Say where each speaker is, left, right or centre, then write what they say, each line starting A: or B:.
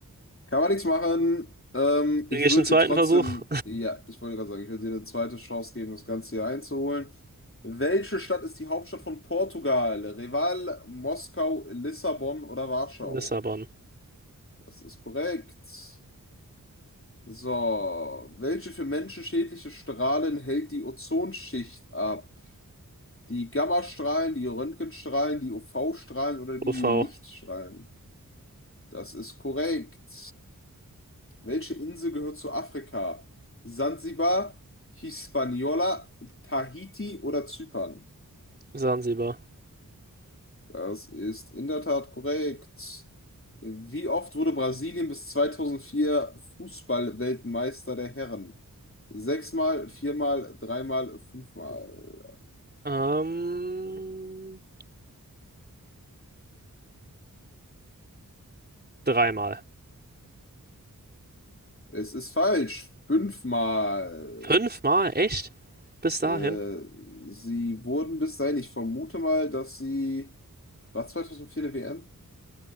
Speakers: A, on the left; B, on the right.
A: Kann man nichts machen. Ähm,
B: Kriege
A: ich
B: ich
A: würde
B: einen zweiten
A: dir trotzdem,
B: Versuch?
A: ja, ich wollte gerade sagen, ich würde dir eine zweite Chance geben, das Ganze hier einzuholen. Welche Stadt ist die Hauptstadt von Portugal? Reval, Moskau, Lissabon oder Warschau?
B: Lissabon.
A: Das ist korrekt. So, welche für Menschen schädliche Strahlen hält die Ozonschicht ab? Die Gammastrahlen, die Röntgenstrahlen, die UV-Strahlen oder die
B: UV.
A: Lichtstrahlen? Das ist korrekt. Welche Insel gehört zu Afrika? Sansibar, Hispaniola, Tahiti oder Zypern?
B: Sansibar.
A: Das ist in der Tat korrekt. Wie oft wurde Brasilien bis 2004 Fußballweltmeister der Herren? Sechsmal, viermal, dreimal, fünfmal.
B: Ähm, dreimal.
A: Es ist falsch. Fünfmal.
B: Fünfmal? Echt? Bis dahin?
A: Äh, sie wurden bis dahin, ich vermute mal, dass sie. War 2004 eine WM?